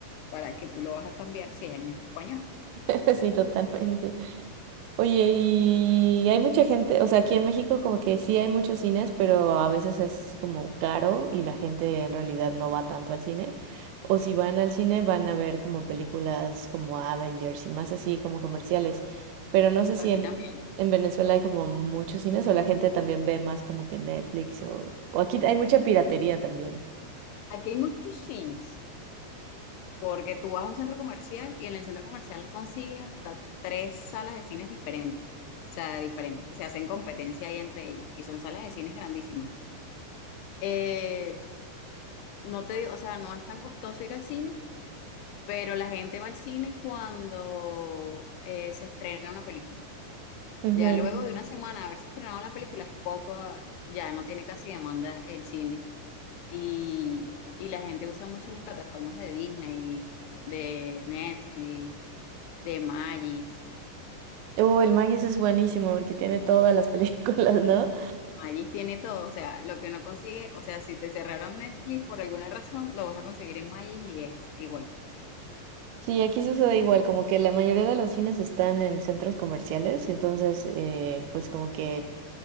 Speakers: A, on the left; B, on the right.
A: para que tú lo vas a cambiar si es el mismo español.
B: <laughs> Sí, totalmente. Oye, y hay mucha gente, o sea, aquí en México como que sí hay muchos cines, pero a veces es como caro y la gente en realidad no va tanto al cine. O si van al cine van a ver como películas como Avengers y más así como comerciales. Pero no sé
A: Aquí
B: si en,
A: también.
B: en Venezuela hay como muchos cines o la gente también ve más como que Netflix o, o aquí hay mucha piratería también.
A: Aquí hay muchos cines, porque tú vas a un centro comercial y en el centro comercial consigues hasta tres salas de cines diferentes, o sea, diferentes, que se hacen competencia ahí entre ellos, y son salas de cines grandísimas. Eh, no te digo, o sea, no es tan costoso ir al cine, pero la gente va al cine cuando eh, se estrena una película.
B: Ujú.
A: Ya luego de una semana de haberse estrenado la película es poco, ya no tiene casi demanda el cine. Y, y la gente usa mucho las plataformas de Disney, de Netflix, de Magis.
B: Uh, el Magis es buenísimo porque tiene todas las <laughs> películas, ¿no?
A: Magis tiene todo, o sea, lo que no consigue, o sea, si te cerraron Netflix por alguna razón, lo vas a conseguir en Magis y es igual.
B: Sí, aquí sucede igual, como que la mayoría de los cines están en centros comerciales, y entonces eh, pues como que,